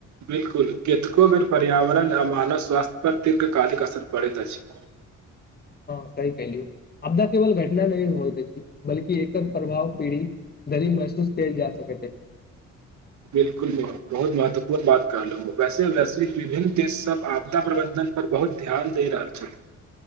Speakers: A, on the right; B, on the left.
A: बिलकुल केतको बेर पर्यावरण आ मानव स्वास्थ्य पर दीर्घकालिक असर पड़ैत अछि <inaudible>
B: हँ सही कयलियौ आपदा केवल घटना नहि होइ अछि बलकि एकर प्रभाव पीढ़ी दरी महसूस कल जा सकै कै
A: <inaudible> बिल्कुल बहुत महत्वपूर्ण बात कहलहु वैसे वैसे विभिन्न देश सब आपदा प्रबंधन पर बहुत ध्यान दे रहल छथि